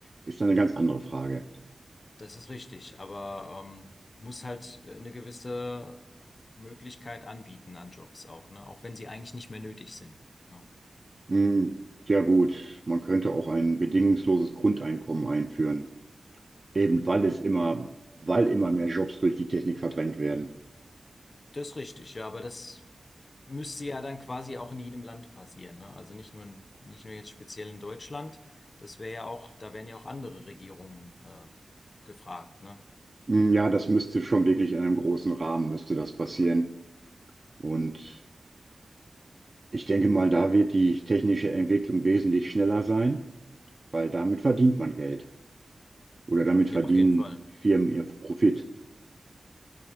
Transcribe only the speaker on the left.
das ist richtig. Aber ähm, muss halt äh, eine gewisse Möglichkeit anbieten an Jobs auch, ne? Auch wenn sie eigentlich nicht mehr nötig sind. Ja.
Das ist richtig, ja, aber das müsste ja dann quasi auch in jedem Land passieren, ne? Also nicht nur in, nicht nur jetzt speziell in Deutschland. Das wäre ja auch, da wären ja auch andere Regierungen äh, gefragt, ne?
Ja,
auf jeden Fall.